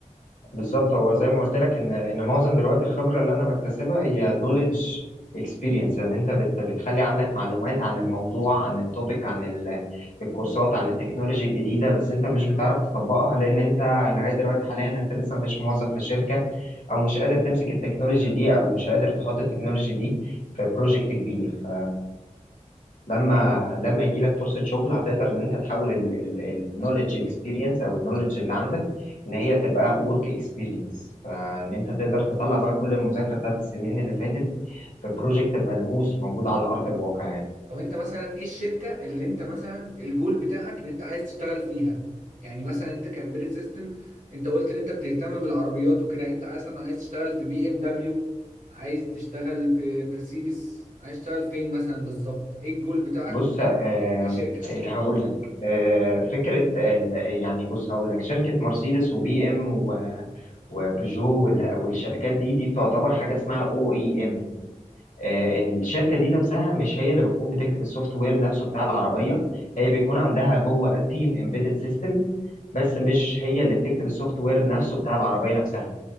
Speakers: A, on the left; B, on the right.
A: بالظبط هو زي ما قلت لك ان ان معظم دلوقتي الخبره اللي انا بكتسبها هي نوليدج اكسبيرينس يعني انت بت بتخلي عندك معلومات عن الموضوع عن التوبيك عن ال- الكورسات عن التكنولوجي الجديده بس انت مش بتعرف تطبقها لان انت لغايه دلوقتي حاليا انت لسه مش موظف في شركه او مش قادر تمسك التكنولوجي دي او مش قادر تحط التكنولوجي دي في بروجكت كبير ف لما لما يجي لك فرصه شغل هتقدر ان انت تحول النوليدج اكسبيرينس او النوليدج اللي عندك ان هي تبقى ورك اكسبيرينس فان انت تقدر تطلع بقى كل المذاكره بتاعت السنين اللي فاتت في بروجكت ملموس موجود على ارض الواقع يعني
B: طب انت مثلا ايه الشركة اللي انت مثلا الجول بتاعك ان انت عايز تشتغل فيها يعني مثلا انت كامبيرت سيستم انت قلت ان انت بتهتم بالعربيات وكده يعني انت مثلا عايز تشتغل في بي ام دبليو عايز تشتغل في مرسيدس عايز تشتغل فين مثلا بالظبط ايه الجول بتاعك
A: بص آه
B: كشركة
A: آه، هقول لك آه فكره ال- يعني بص هقول لك شركه مرسيدس وبي ام و وبيجو وال- والشركات دي دي بتعتبر حاجه اسمها او اي ام آه، ان الشركه دي نفسها مش هي اللي بتكون بتكتب السوفت وير نفسه بتاع العربيه هي بيكون عندها جوه تيم امبيدد سيستم بس مش هي اللي بتكتب السوفت وير نفسه بتاع العربيه نفسها